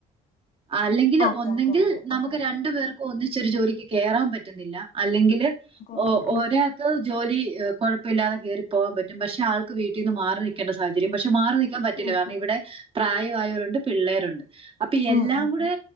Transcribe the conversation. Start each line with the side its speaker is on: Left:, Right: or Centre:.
Right: <inaudible> അല്ലെങ്കിൽ
Left: അതെ
Right: ഒന്നെങ്കിൽ
Left: അതെ അതെ അതെ
Right: നമുക്ക്
Left: അതെ അതെ
Right: രണ്ടു പേർക്കും ഒന്നിച്ചരു ജോലിക്ക് കയറാൻ പറ്റുന്നില്ല അല്ലെങ്കിൽ
Left: അതെ
Right: ഒരാൾക്ക് ജോലി കുഴപ്പില്ലാതെ കേയറി പോകാൻ പറ്റും പക്ഷെ ആൾ വീട്ടിൽ നിന്ന് മാറി നിക്കേണ്ട സാഹചര്യം പക്ഷെ മാറി നിക്കാൻ
Left: ഉം
Right: പറ്റില്ല കാരണം
Left: ഉം
Right: ഇവിടെ പ്രായം പ്രയയാവരുണ്ട് പിള്ളേരുണ്ട് അപ്പൊ
Left: ഉം
Right: എല്ലാം
Left: ഉം ഉം
Right: കൂടെ